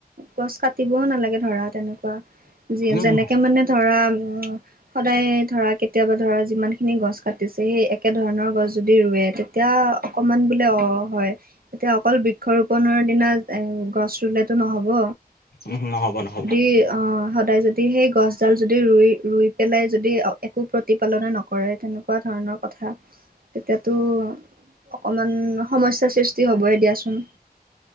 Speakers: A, on the right; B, on the left.
A: গছ কাটিবও নালাগে ধৰা তেনে কোৱা যি
B: উম
A: যেনেকে
B: হম
A: মানে ধৰা উম সদায় ধৰা কেতিয়াবা ধৰা যিমান খিনি গছ কাটিছে সেই একেধৰণৰ গছ যদি ৰুৱে তেতিয়া অকণমান বোলে অ হয় এতিয়া অকল বৃক্ষ ৰোপনৰ দিনা এ গছ ৰুলেতো নহব।
B: উম নহ'ব নহ'ব।
A: এই অ সদায় যদি সেই গছডাল যদি ৰুই ৰুই পেলাই যদি একো প্ৰতিপালনে নকৰে তেনেকুৱা ধৰণৰ কথা তেতিয়াতো অকমান সমস্যাৰ সৃষ্টি হবই দিয়াচোন।